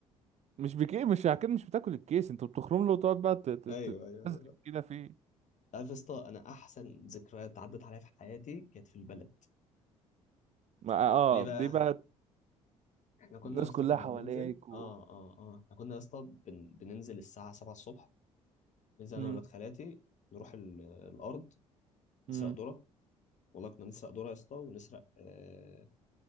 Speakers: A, on the right; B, on the left.
A: مش بكي مش اكيد مش بتاكل الكيس انت بتخرم له وتقعد بقى ت- ت-
B: ايوه
A: ت-
B: ايوه انا
A: تتمزج
B: بقى
A: كده فيه
B: عارف يا اسطى انا احسن ذكريات عدت عليا في حياتي كانت في البلد
A: ما اه
B: ليه بقى
A: دي بقى
B: احنا كنا
A: الناس
B: يا اسطى
A: كلها
B: كنا
A: حواليك
B: بننزل
A: و
B: اه اه اه احنا كنا يا اسطى بن... بننزل الساعه 7 الصبح ننزل
A: مم.
B: انا وولاد خالاتي نروح ال... الارض
A: مم.
B: نسرق ذره والله كنا بنسرق ذره يا اسطى ونسرق آه...